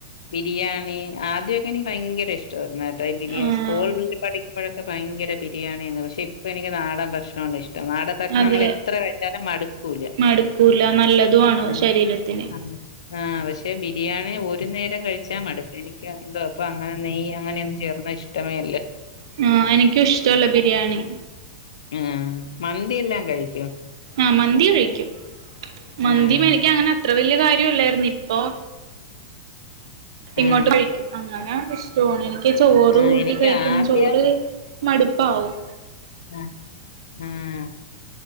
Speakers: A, on the left; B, on the right.
A: ബിരിയാണി ആദ്യമൊക്കെ എനിക്ക് ഭയങ്കര ഇഷ്ടംമായിരു കെ <unintelligible> രി
B: ആഹ്
A: സ്കൂൾ പഠിക്കുമ്പോഴ ഭയങ്കര ബിരിയാണിയാണ് പക്ഷ ഇപ്പോ എനിക്ക് നാടൻ ഭക്ഷണാ ഇഷ് നാടൻ ഭക്ഷണം
B: അതെ
A: നമ്മൾ എത്ര കഴിച്ചാലും മടുക്കൂല
B: മടുക്കൂല നല്ലതുമാണ്
A: ആ
B: ശരീരത്തിന്
A: അ ആഹ് പക്ഷെ ബിരിയാണി ഒരു നേരം കഴിച്ചാ മടുക്കും എനിക്ക് എന്തോ അപ്പൊ അങ്ങനെ നെയ്യ് അങ്ങനെ ഒന്നും ചേർന്ന ഇഷ്ടമേ അല്ല
B: ആഹ് എനിക്കും ഇഷ്ടല്ല ബിരിയാണി
A: ഉം മന്തിയെല്ലാം കഴിക്കോ
B: ആഹ് മന്തി കഴിക്കും മന്തി
A: ആഹ്
B: മേടിക്കാനങ്ങനത്ര വലിയ കാര <unintelligible> ഇപ്പൊ ഇങ്ങോട്ട്
A: ആഹ്
B: കഴിക്കും അങ്ങനെ ഇഷ്ടവാണെ നിക്ക് ചോറ്
A: ആഹ്
B: കൂട്ടി
A: എനിക്ക്
B: കഴിക്കും
A: ആദ്യം
B: ചോറ് മടുപ്പാവും
A: ഉം ഉം